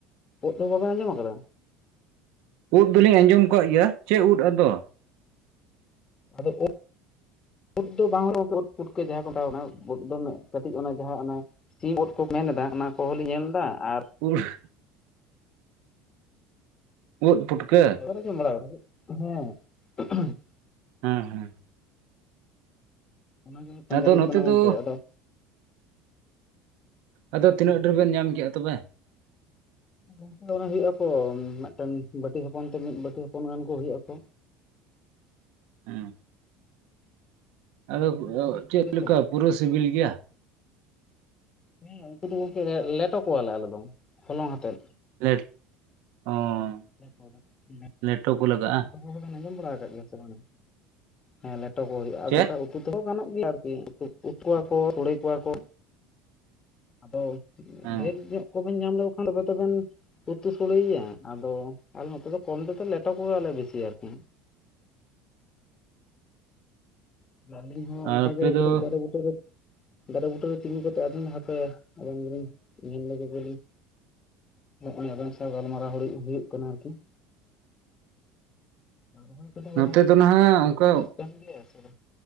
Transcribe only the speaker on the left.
ᱩᱫ ᱦᱚᱸ ᱵᱟᱵᱮᱱ ᱟᱸᱡᱚᱢ ᱟᱠᱟᱫᱟ᱾
ᱟᱫᱚ ᱩᱫ ᱫᱚ ᱵᱟᱝ ᱦᱩᱭᱩᱜᱼᱟ ᱠᱳᱴ ᱯᱩᱴᱠᱟᱹ ᱡᱟᱦᱟᱸ ᱠᱚ ᱢᱮᱛᱟᱣ ᱚᱱᱟ ᱵᱳᱴ ᱫᱚ ᱠᱟᱹᱴᱤᱡ ᱚᱱᱟ ᱡᱟᱦᱟᱸ ᱚᱱᱟᱼᱼ ᱥᱤᱢ ᱩᱛ ᱠᱚ ᱢᱮᱱ ᱮᱫᱟ ᱚᱱᱟ ᱠᱚᱦᱚᱸ ᱞᱤᱧ ᱧᱮᱞ ᱮᱫᱟ ᱟᱨᱼᱼ
<unintelligible>
ᱚᱱᱟᱜᱮ ᱯᱟᱸᱡᱟ
ᱦᱳᱭᱳᱜ
ᱠᱟᱱᱟ ᱜᱚᱝᱠᱮ
ᱟᱫᱚ
ᱞᱟᱹᱭ
ᱵᱤᱱ
ᱜᱚᱝᱠᱮ ᱚᱱᱮ ᱦᱩᱭᱩᱜᱼᱟᱠᱚ ᱢᱤᱫᱴᱮᱱ ᱵᱟᱹᱴᱤ ᱦᱚᱯᱚᱱ ᱛᱮ ᱢᱤᱫ ᱵᱟᱹᱴᱤ ᱦᱚᱯᱚᱱ ᱜᱟᱱ ᱠᱚ ᱦᱩᱭᱩᱜᱼᱟᱠᱚ
ᱟᱞᱮ ᱫᱚ ᱵᱩᱨᱩ ᱥᱩᱨ
ᱨᱮᱜᱮ
ᱛᱚ,
ᱦᱮᱸ ᱩᱱᱠᱩ ᱫᱚ ᱜᱚᱝᱠᱮ ᱞᱮᱴᱚ ᱠᱚᱣᱟᱞᱮ ᱟᱞᱮ ᱫᱚ ᱦᱚᱞᱚᱝ ᱟᱛᱮᱫ
<unintelligible>
ᱟᱸᱡᱚᱢ ᱫᱚᱵᱮᱱ ᱟᱸᱡᱚᱢ ᱵᱟᱲᱟ ᱟᱠᱟᱫ ᱜᱮᱭᱟ ᱥᱮ ᱵᱟᱝ ᱦᱮᱸ ᱞᱮᱴᱚ ᱠᱚ ᱦᱩᱭᱩᱜᱼᱟ ᱟᱫᱚ
ᱚᱱᱠᱟ᱾ ᱩᱛᱩ ᱛᱮᱦᱚᱸ ᱜᱟᱱᱚᱜ ᱜᱮᱭᱟ ᱟᱨᱠᱤ ᱩᱛᱩ ᱠᱚᱣᱟ ᱠᱚ ᱥᱚᱲᱮ ᱠᱚᱣᱟ ᱠᱚᱼᱼ ᱟᱫᱚ
ᱰᱷᱮᱨ ᱧᱚᱜᱼᱼ ᱠᱚᱵᱮᱱ ᱧᱟᱢ ᱞᱮᱠᱚ ᱠᱷᱟᱱ ᱫᱚᱵᱮᱱ ᱩᱛᱩ ᱥᱲᱮᱭᱟ ᱟᱫᱚ ᱟᱞᱮ ᱱᱚᱛᱮ ᱫᱚ ᱠᱚᱢ ᱛᱮ ᱞᱮᱴᱚᱼᱼ ᱯᱣᱟᱞᱮ ᱵᱮᱥᱤ ᱟᱨᱠᱤ᱾ ᱟᱹᱞᱤᱧ ᱦᱚᱸ
ᱚᱱᱠᱟᱜᱮ
ᱠᱟᱹᱴᱤᱡ ᱫᱟᱨᱮ ᱵᱩᱴᱟᱹ ᱨᱮᱼᱼ ᱫᱟᱨᱮ ᱵᱩᱴᱟᱹ ᱨᱮ ᱛᱤᱸᱜᱩ ᱠᱟᱛᱮ ᱟᱫᱚᱧ ᱦᱟᱯᱮ ᱟᱫᱚ ᱞᱤᱧ ᱧᱮᱞ ᱞᱮᱜᱮ ᱞᱤᱧᱼᱼ ᱟᱨ ᱚᱱᱮ ᱟᱵᱤᱱ ᱥᱟᱶ ᱜᱟᱞᱢᱟᱨᱟᱣ ᱦᱩᱭᱩᱜ ᱠᱟᱱᱟ ᱟᱨᱠᱤ᱾ ᱟᱨ ᱨᱚᱦᱚᱭ ᱠᱚᱫᱚ
ᱦᱩᱭᱩᱜ ᱠᱟᱱ ᱜᱮᱭᱟ ᱥᱮ ᱵᱟᱝ